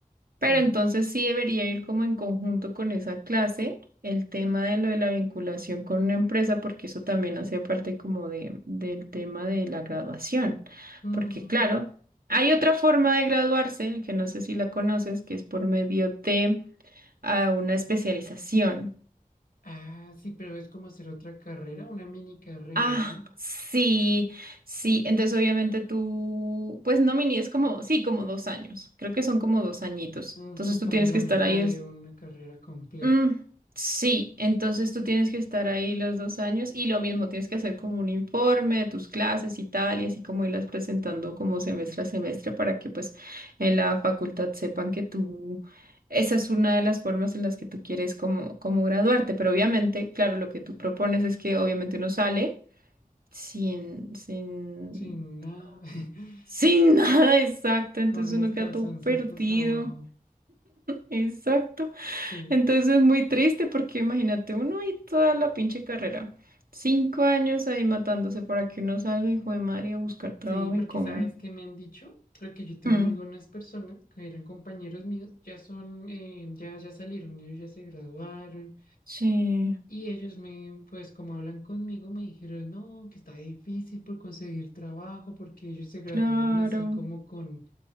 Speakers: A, on the right (about 85°); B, on the left (about 85°).
A: Pero
B: sí.
A: entonces sí debería ir como en conjunto con esa clase el tema de lo de la vinculación con una empresa, porque eso también hace parte como de, del tema de la graduación.
B: Mm.
A: Porque claro, hay otra forma de graduarse, que no sé si la conoces, que es por medio de a una especialización.
B: Ah, sí, pero es como hacer otra carrera, una mini carrera,
A: Ah,
B: ¿no?
A: sí, sí. Entonces, obviamente tú, pues no mini, es como, sí, como dos años. Creo que son como dos añitos.
B: Ujú,
A: Entonces tú
B: como
A: tienes
B: la
A: que estar
B: mitad
A: ahí.
B: de
A: es-
B: una carrera completa,
A: Mm, sí, entonces tú tienes que estar ahí los dos años y lo mismo, tienes que hacer como un informe de tus clases y tal, y así como irlas presentando como semestre a semestre para que pues en la facultad sepan que tú, esa es una de las formas en las que tú quieres como, como graduarte. Pero obviamente, claro, lo que tú propones es que obviamente uno sale sin, sin,
B: sin nada,
A: ¿cómo?
B: <laughs>
A: sin nada exacto, entonces
B: con los
A: uno
B: calzoncitos
A: queda todo perdido,
B: abajo.
A: exacto,
B: Sí,
A: entonces es muy triste porque imagínate uno y toda la pinche carrera, cinco años ahí matándose para que uno salga, hijo de madre, a buscar trabajo
B: sí, porque
A: y cómo.
B: sabes que me han dicho, porque yo tengo
A: Mm,
B: algunas personas que eran compañeros míos, ya son, eh, ya, ya salieron, ellos ya se graduaron
A: sí,
B: y ellos me, pues como hablan conmigo, me dijeron, no, que está difícil por conseguir trabajo, porque ellos se graduaron
A: claro,
B: así como con